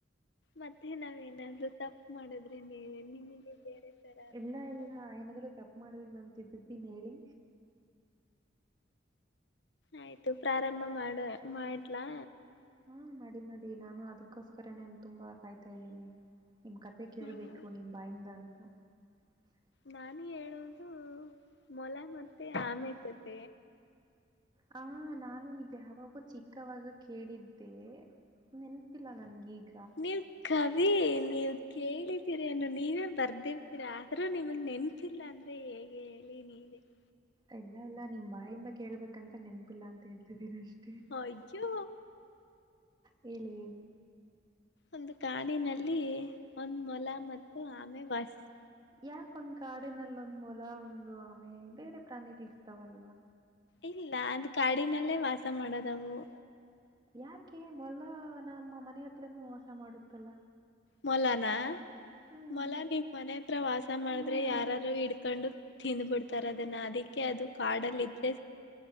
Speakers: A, on the left; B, on the right.
A: ಮತ್ತೆ ನಾವೇನಾದ್ ತಪ್ಪ ಮಾಡಿದ್ರೆ ನೀವೆ ನಿಮಗೆ ಬೇರೆ. ತರ ಅನ್ಸುತ್ತೆ
B: ಇಲ್ಲ ಇಲ್ಲ ಏನಾದ್--ತಪ್ಪು ಮಾಡ್ದನಂತ ದ್ದೀನ್ ಹೇಳಿ
A: ಆಯ್ತು ಪ್ರಾರಂಭ ಮಾಡ ಮಾಡ್ಲಾ.
B: ಹ್ಮ್ ಮಾಡಿ ಮಾಡಿ ನಾನು ಅದಕ್ಕೋಸ್ಕರನೇ ತುಂಬಾ ಕಾಯ್ತಾ ಇದ್ದೀನಿ. ನಿಮ್ ಕತೆ ಕೇಳ್ಬೇಕು
A: ಹ್ಮ್
B: ನಿಮ್ ಬಾಯಿಂದ ಅಂತ. <unintelligible>
A: ನಾನು ಹೇಳೋದು ಮೊಲ ಮ ಆಮೇಕತ್ತ.
B: ಹ ನಾನು ಇ ಯಾವಾಗೂ ಚಿಕ್ಕವಾಗ ಕೇಳಿದ್ದೆ ನೆನ್ಪಿಲ್ಲ ನನ್ಗೆ ಈಗ
A: ನೀವ ಕವಿ ನೀವ ಕೇಳಿದೀರನು ನೀವೇ ಬರ್ದಿರ್ತೀರಾ. ಸರ ನಿಮಗೆ ನೆನ್ ಲ್ಲ ಅಂದ್ರೆ ಹೇಗೆ ಹೇಳಿ ನೀವು <unintelligible>
B: ಇಲ್ಲ ಇಲ್ಲ ನಿಮ್ ಬಾಯಿಂದ ಕೇಳ್ಬೇಕಂತ ನೆನ್ಪಿಲ್ಲ ಅಂತ ಹೇಳ್ತಿದೀರಿ ಅಷ್ಟೇ.
A: ಹಯಜೋ
B: ಹೇಳಿ ಹೇಳಿ.
A: ಒಂದು ಕಾಡಿನಲ್ಲಿ ಒಂದ್ ಮೊಲ ಮತ್ತು ಆಮೆ ವಾಸಿಸ
B: ಯಾಕ ಒಂದ್ ಕಾಡಿನಲ್ಲ ಒ ಮೂಲ ಒಂದು ಆಮೆ ಬೇರೆ ಪ್ರಾಣಿಗಳಿರ್ತಾವಲ್ವಾ
A: ಇಲ್ಲ ಅದು ಕಾಡಿನಲ್ಲೇ ವಾಸ ಮಾಡೋದವು
B: ಯಾಕೆ ಮೊದ ನಮ್ಮ ಮನೆ ಹತ್ರನುೂ ವಾಸ ಮಾಡುತ್ತಲ್ಲ
A: ಮೊಲಾನ
B: ಹ್ಮ್
A: ಮೊಲ ನೀವ್ ಮನೆ ಹತ್ರ ವಾಸ ಮಾಡಿದ್ರೆ
B: ಹ್ಮ್
A: ಯಾರಾರು ಹಿಡ್ಕೊಂಡು ತಿಂದ್ ಬಿಡ್ತಾರ ಅದನ್ನ ಅದಕ್ಕೆ ಅದು ಕಾಡಲ್ಲಿ ಇದ್ರೆ